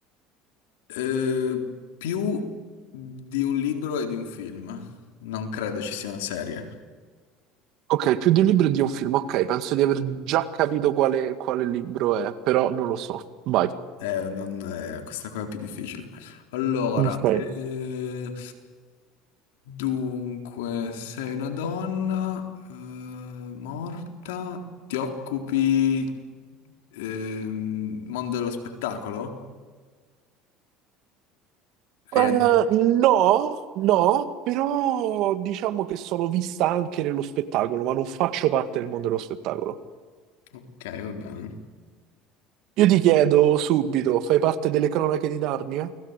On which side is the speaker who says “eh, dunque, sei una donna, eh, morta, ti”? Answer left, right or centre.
Left